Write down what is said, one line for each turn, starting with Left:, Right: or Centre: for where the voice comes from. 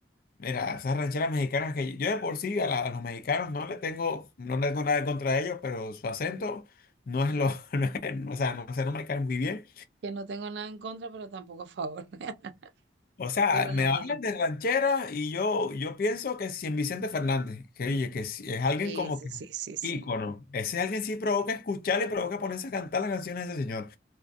Left: mira, esas rancheras mexicanas que yo, yo de por sí a, la- a los mexicanos no le tengo, no le tengo nada en contra de ellos, pero su acento no es lo, <laughs> no es- o sea, no, o sea, no me caen muy bien.
Right: Que no tengo nada en contra, pero tampoco a favor. <laughs>
Left: O sea,
Right: Pero no,
Left: me hablan
Right: no, no.
Left: de ranchera y yo, yo pienso que si en Vicente Fernández, que oye, que si- es alguien
Right: Eso,
Left: como que
Right: sí, sí, sí.
Left: ícono. Ese alguien sí provoca escuchar y provoca ponerse a cantar las canciones de ese señor.